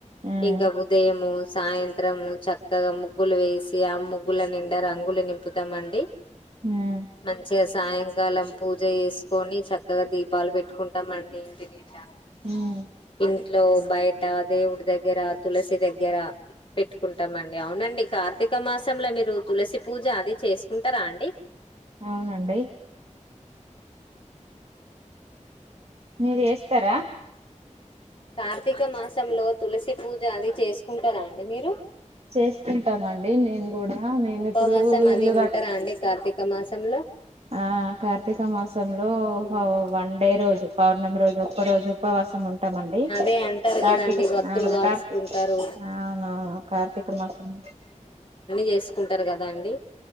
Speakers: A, on the right; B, on the left.
A: ఉమ్
B: ఇంకా ఉదయము సాయంత్రం చక్కగా ముగ్గులు వేసి ఆ ముగ్గుల నిండా రంగులు నింపుతామండి
A: ఉమ్
B: మంచిగా సాయంకాలం పూజ జెస్ కొని చక్కగా దీపాలు పెట్టుకుంటాం మండీ ఇంటిని ఇం
A: ఉమ్
B: ఇంట్ లో బయట దేవుడి దగ్గర తులసి దగ్గర పెట్టుకుంటామ అండి అవునండి కార్తీక మాసంలో మీరు తులసి పూజ అది చేసుకుంటారా అండి
A: అవునండి మీరు చేస్తరా
B: కార్తీక మాసంలో తులసి పూజ అది చేసుకుంటారా అండి మీరు
A: చేసుకుంటామండి అండి మేము కూడా మేము
B: ఉపవాసం
A: ఇప్పుడు
B: అది
A: ఇల్లు
B: ఉంటారా
A: కట్టి
B: అండి కార్తీక్ మాసంలో
A: ఆ కార్తీక మాసంలో
B: ఉమ్,
A: వన్డే రోజు పౌర్ణమి రోజు ఒక్క రోజు ఉపవాసం ఉంటామండి
B: అదే అంటారు
A: కార్తీక
B: కదండి భక్తులు
A: ఆ
B: కాలుసుకుంటారు
A: కార్తీ అవునవును కార్తీక మాసంలో
B: చేసుకుంటరు కదా అండి